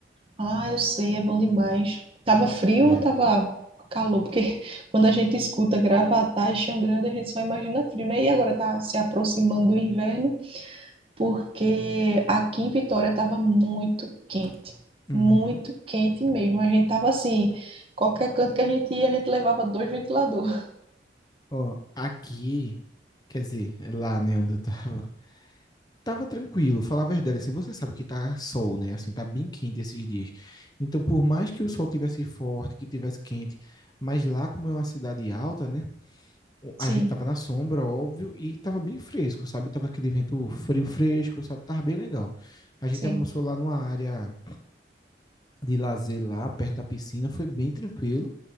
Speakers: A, on the right; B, on the left.
A: Ah, eu sei, é bom demais. Tava frio
B: É.
A: ou tava calor? Porque <laughs> quando a gente escuta Gravatá e Xangrande, a gente só imagina frio, né? E agora tá se aproximando do inverno, porque aqui em Vitória tava muito quente,
B: Uhum.
A: muito quente mesmo. A gente tava assim, qualquer canto que a gente ia, a gente levava dois ventiladores.
B: Ó, aqui, quer dizer, lá, né, onde eu tava, tava tranquilo, falar a verdade, assim, você sabe que tá sol, né? Assim, tá bem quente esses dias. Então, por mais que o sol tivesse forte, que tivesse quente, mas lá como é uma cidade alta, né?
A: <laughs> Sim,
B: A gente tava na sombra, óbvio, e tava bem fresco, sabe? Tava aquele vento frio fresco, sabe? Tava bem legal. A gente
A: sim.
B: almoçou lá numa área de lazer lá, perto da piscina, foi bem tranquilo.